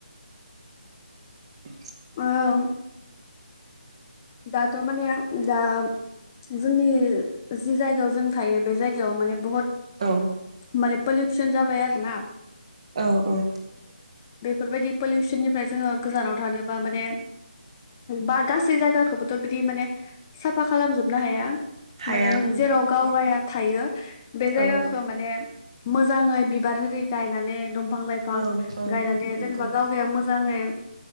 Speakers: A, on the right; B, on the left.
A: <inaudible>
B: ओं दाथ' माने दा जोंनि जि जायगायाव जों थायो बे जायगायाव माने बहुत
A: औ
B: माने पल्युसन जाबारोना
A: औ औ
B: बेफोरबायदि पलिउसननिफ्राय जोङो गोजानाव थानोबा माने बा गासै जाय गाखौबोथ' बिदि माने साफा खालामजोबनो हाया
A: हाया
B: माने
A: औ
B: जेराव गावगाया थायो बे जायगाखौ
A: औ
B: माने मोजाङै बिबार होरि गायनानै दुम फां लाइफां
A: औ औ
B: गायनानै
A: नंगौ
B: जेनबा गावगाया मोजां जाङै